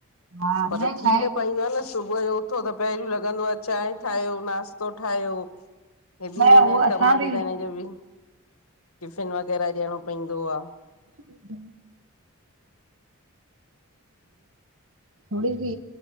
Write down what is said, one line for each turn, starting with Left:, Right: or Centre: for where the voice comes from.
Right: हा
Left: पर थी
Right: छा आहे
Left: न
Right: की
Left: पाईंदो आ न सुबुह जो उठो त पेहरों लॻंदो आ त चांय ठाहियो नास्तो ठाहियो। बिज़ी
Right: न
Left: वेंदा
Right: उहो
Left: आहिन
Right: असां
Left: कम
Right: बि
Left: ते त हिन जो बि टिफिन वग़ैरह ॾियणो पवंदो आ।
Right: <inaudible> थोड़ी बि